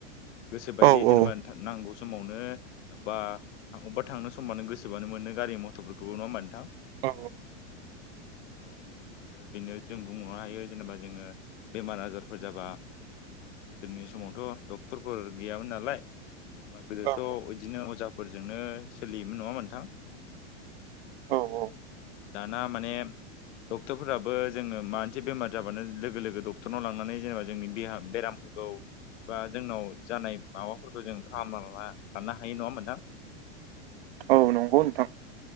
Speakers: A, on the left; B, on the right.
A: गोसो बायदि
B: औ
A: जेनेबा
B: औ
A: नांगौ समावनो बा अबेबा थांनो सम मानो गोसोबानो मोनो गारि मथरफोरखौ नङा होनबा नोंथां।
B: औ।
A: औ आरो बेनो जों बुंनो हायो जेनेबा जोङो बेमार आजारफोर जाबा जेनेबा गोदोनि समावथ' डक्टरफोर गैयामोन नालाय। जेनेबा गोदोथ'
B: औ
A: बिदिनो अजा फोरजोंनो सोलियोमोन नङा होमबा नोंथां।
B: औ औ
A: दाना माने डक्टरफोराबो जोङो माबा मोनसे बेमार जाबानो लोगो लोगो डक्टरनाव लांनानै जेनेबा जोंनिहा बेरामफोरखौ एबा जोंनाव जानाय माबाफोरखौ जों फाहाम लानो हायो नङा नोंथां
B: औ नंगौ नोंथां